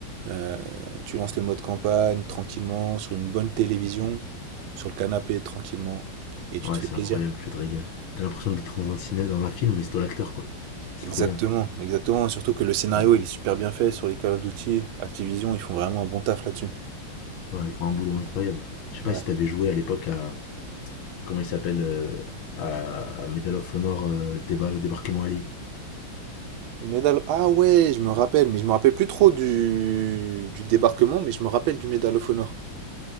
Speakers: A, on the right; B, on the left.
A: Euh, tu lances le mode campagne tranquillement sur une bonne télévision, sur le canapé tranquillement, et tu
B: Ouais,
A: te fais
B: c'est
A: plaisir.
B: incroyable, tu te régales. T'as l'impression d'être dans un cinéma, dans un film, mais c'est toi l'acteur, quoi. C'est
A: Exactement,
B: trop bien.
A: exactement. Surtout que le scénario
B: Ouais,
A: il est super bien fait sur les Call of Duty, Activision, ils font vraiment un bon taf là-dessus.
B: ouais, ils font un boulot incroyable. Je sais pas
A: Ouais.
B: si t'avais joué à l'époque à comment il s'appelle euh, à, à Medal of Honor euh, déba- le débarquement allié.
A: Medal... Ah ouais, je me rappelle, mais je me rappelle plus trop du... du débarquement, mais je me rappelle du Medal of Honor.